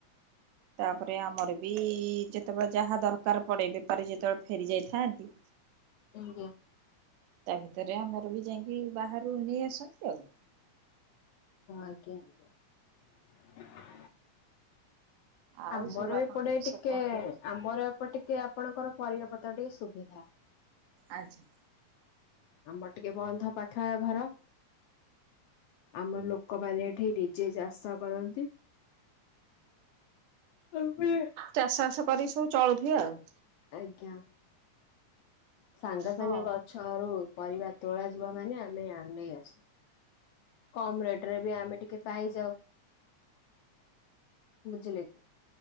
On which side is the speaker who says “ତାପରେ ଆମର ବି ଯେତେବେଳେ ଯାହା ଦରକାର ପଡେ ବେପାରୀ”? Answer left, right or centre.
Right